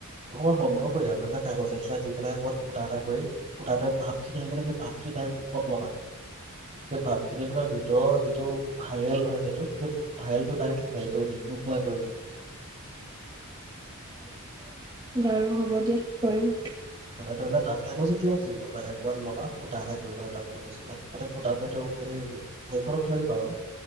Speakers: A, on the right (about 35°); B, on the right (about 20°).
A: অকমান বন্ধ কৰি আৰু, ধৰি লাক কাগজ এইখিলা দি পেলাই অকণমান ফুটা এটা কৰি, ফুটাটো ভাপ খিনি আহ মানে সেই ভাৱ খিনি দাইৰেক্ট মুখত ল'বা। সেই বাপ খিনি তোমাৰ ভিতৰৰ যিটো ভাইৰেল হয় সেইটো, সেই ভাইৰেলটো দাইৰেক্ট হেৰি কৰি দিয়ে, নোহোৱা কৰি দিয়ে
B: বাৰু হ'ব দিয়া, কৰিম।
A: তাতে ধৰি লোৱা ডাঠ কাগজ এখিলা, যিবোৰ মানে কবাত ল'বা, ফুটা এটা কৰিবা ডাঠ কাগজ খিলা তাতে ফুটাটোৱে তেওঁ এ হেই হেৰিখনত থৈ দিবা আৰু,